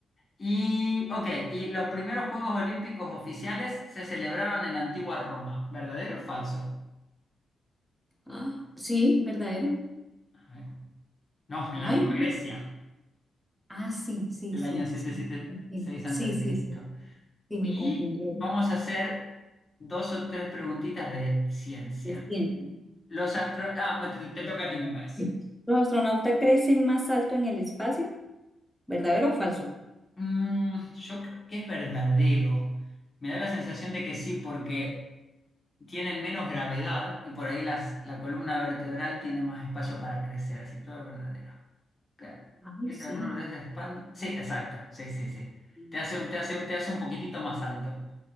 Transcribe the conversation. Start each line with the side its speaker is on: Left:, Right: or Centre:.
Left: Y, ok, y los primeros Juegos Olímpicos oficiales se celebraron en la antigua Roma. ¿Verdadero o falso?
Centre: Ah, sí, verdadero.
Left: A ver. No, en
Centre: Ay,
Left: la antigua
Centre: no.
Left: Grecia,
Centre: Ah, sí, sí,
Left: del
Centre: sí,
Left: año 776
Centre: sí. entiendo. Sí,
Left: a.C.
Centre: sí, sí. Sí, me
Left: Y seis
Centre: confundí.
Left: antes de Cristo. Y vamos a hacer dos o tres preguntitas de ciencia.
Centre: Se siente.
Left: Los astro... Ah, me- te, te toca a ti, me parece.
Centre: <laughs> ¿Los astronautas crecen más alto en el espacio? ¿Verdadero o falso?
Left: Mm, yo creo que es verdadero. Me da la sensación de que sí, porque tienen menos gravedad y por ahí las, la columna vertebral tiene más espacio para crecer, así que todo es verdadero. Ca-
Centre: Ay,
Left: ¿Viste?
Centre: sí.
Left: La columna vertebral se expande. Sí, exacto. Sí, sí, sí.
Centre: Sí,
Left: Te hace,
Centre: sí.
Left: te hace, te hace un poquitito más alto.